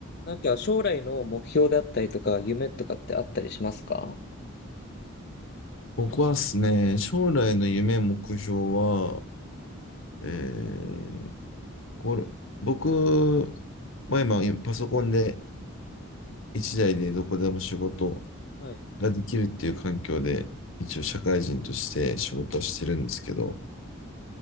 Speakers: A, on the left; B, on the left.
A: なんか将来の目標であったりとか、夢とかってあったりしますか
B: 僕はですね、将来の夢、目標は、えー、これ、僕は今、パソコンで一台でどこでも仕事
A: はい。
B: ができるっていう環境で、一応社会人として仕事はしてるんですけど、